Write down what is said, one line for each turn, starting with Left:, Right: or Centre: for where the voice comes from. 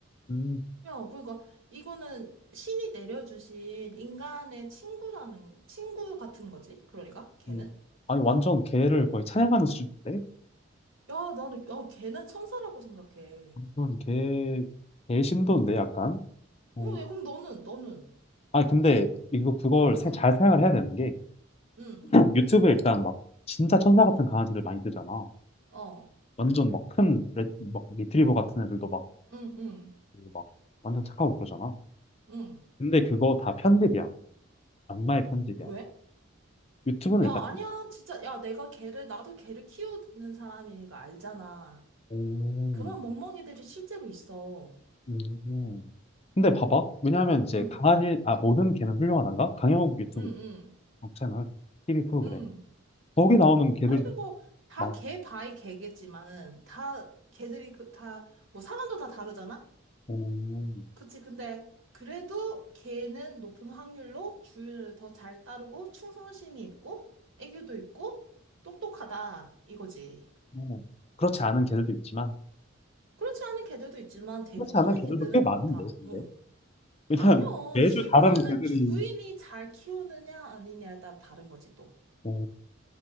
Left: 음,
Right: 야, 그러니까, 이거는 신이 내려주신 인간의 친구라는, 친구 같은 거지. 그러니까, 개는.
Left: 음. 아니, 완전 개를 거의 찬양하는
Right: 응.
Left: 수준인데?
Right: 야, 나는, 야, 걔는 천사라고 생각해.
Left: 이건 개, 개 신도인데, 약간? 어,
Right: 어, 왜, 그럼 너는, 너는.
Left: 아니, 근데 이거 그걸
Right: 응,
Left: 세- 잘 생각을 해야 되는 게
Right: 응,
Left: 유튜브에 일단 막 진짜 천사 같은 강아지들 많이 뜨잖아.
Right: 어,
Left: 완전 막 큰, 레- 막 리트리버 같은 애들도 막,
Right: 응, 응,
Left: 막 완전 착하고 그러잖아.
Right: 응.
Left: 근데 그거 다 편집이야. 악마의 편집이야.
Right: 왜?
Left: 유튜브는
Right: 야,
Left: 일단
Right: 아니야, 진짜. 야, 내가 걔를, 나도 걔를 키우는 사람이니까 알잖아.
Left: 오, 오.
Right: 그런 멍멍이들이 실제로 있어.
Left: 음. 근데 봐봐. 왜냐하면 이제
Right: 응,
Left: 강아지, 아, 모든 개는 훌륭하단가? 강형욱 유튜브
Right: 응, 응,
Left: 채널, TV 프로그램.
Right: 응.
Left: 거기 나오는 개들도
Right: 아니, 그 뭐, 다
Left: 많아.
Right: 걔 바이 걔겠지만은, 다, 걔들이 그, 다, 뭐, 사람도 다 다르잖아?
Left: 오,
Right: 그치. 근데 그래도 걔는 높은 확률로 주인을 더 잘 따르고 충성심이 있고 애교도 있고 똑똑하다 이거지.
Left: 오. 그렇지 않은 개들도 있지만,
Right: 그렇지 않은 개들도 있지만 대부분의
Left: 그렇지 않은 개들도
Right: 개들은
Left: 꽤 많은데,
Right: 그렇다.
Left: 근데.
Right: 어.
Left: 왜냐면
Right: 아니요.
Left: 매주
Right: 주,
Left: 다른
Right: 그건
Left: 개들이.
Right: 내 주인이 잘 키우느냐 아니냐에 따라 다른 거지 또.
Left: 오.